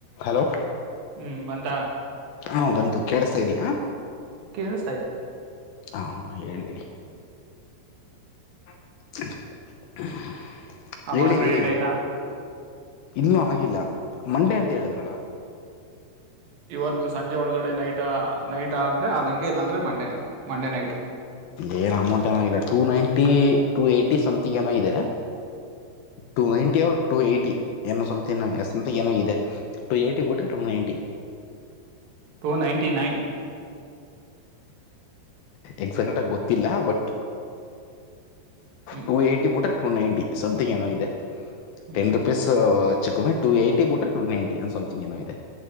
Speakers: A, on the left; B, on the right.
A: ಹಲೋ
B: ಹ್ಮ್ ಬಂತಾ
A: ಹು ಬಂತು ಕೇಳಸ್ತಾ ಇದಿಯಾ?
B: ಕೇಳುಸ್ತಾ ಇದೆ.
A: ಹಾ ಹೇಳಿ. <unintelligible>
B: ಅಮೌಂಟ್
A: ಹೇಳಿ
B: ಕ್ರೆಡಿಟ್
A: ಹೇಳಿ
B: ಆಯ್ತಾ
A: ಇನ್ನೂ ಆಗಿಲ್ಲ. ಮಂಡೆ ಅಂತ ಹೇಳಿದ್ರಲ.
B: ಇವತ್ತು ಸಂಜೆ ಒಳಗಡೆ ನೈಟ್ ನೈಟ್ ಆದ್ರೆ ಅದಂಗೆ ಇಲ್ಲಾಂದ್ರೆ ಮಂಡೇನೇ ಮಂಡೇ ನೈಟು.
A: ಏ ಅಮೌಂಟ್ ಏನಾಗಿಲ್ಲ two ninety two eighty something ಏನೋ ಇದೆ. Two ninety or two eighty ಏನೊ ಸಂತಿಂಗ್ ನ ಸ. ಅಂತ ಏನೋ ಇದೆ ಟು ಏಯ್ಟಿ ಬಿಟ್ರೆ ಟು ನೈಂಟಿ.
B: Two ninety nine.
A: ಎಕ್ಸಾಟೆಡ್ ಆಗಿ ಗೊತ್ತಿಲ್ಲ ಬಟ್
B: ಹ್ಮ್
A: ಟು ಏಟ್ಟಿ ಬುಟ್ರೆ ಟು ನೈಂಟಿ ಸಮ್ ತಿಂಗ್ ಏನೋ ಇದೆ.
B: ಹ್ಮ್
A: ಟೆನ್ ರುಪಿಸು ಚಿಕ್ಕ ಅಮೌಂಟ್ ಟು ಏಯ್ಟಿ ಬಿಟ್ರೆ ಟೂ ನೈನ್ಟಿ ಏನೊ ಸಂತಿಂಗ್ ಇದೆ.